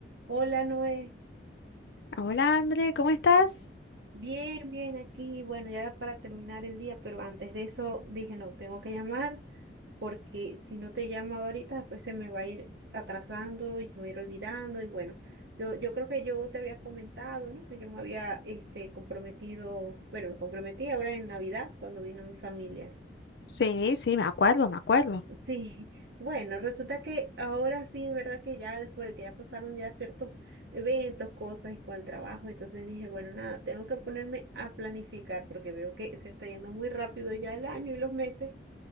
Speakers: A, on the right; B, on the left.
A: Hola Noé,
B: Hola, André, ¿cómo estás?
A: bien, bien aquí. Bueno, ya para terminar el día, pero antes de eso dije, no, tengo que llamar porque si no te llamo ahorita, después se me va a ir atrasando y se me va a ir olvidando. Y bueno, yo, yo creo que yo te había comentado, ¿no? Que yo me había este, comprometido, bueno, me comprometí ahora en Navidad cuando vino mi familia.
B: Sí, sí, me acuerdo, me acuerdo.
A: Sí, bueno, resulta que ahora sí es verdad que ya después de que ya pasaron ya ciertos eventos, cosas y con el trabajo, entonces dije, bueno, nada, tengo que ponerme a planificar porque veo que se está yendo muy rápido ya el año y los meses